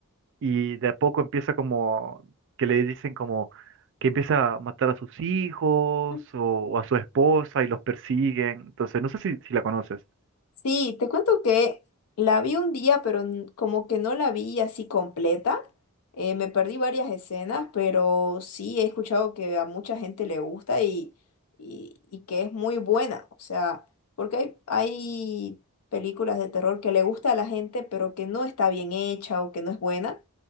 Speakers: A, on the right; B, on the left.
A: y de a poco empieza como que le dicen como que empieza a matar a sus hijos
B: Ujú.
A: o, o a su esposa y los persiguen. Entonces, no sé si, si la conoces.
B: Sí, te cuento que la vi un día, pero n- como que no la vi así completa. Eh, me perdí varias escenas, pero sí he escuchado que a mucha gente le gusta y, y, y que es muy buena. O sea, porque hay, hay películas de terror que le gusta a la gente, pero que no está bien hecha o que no es buena,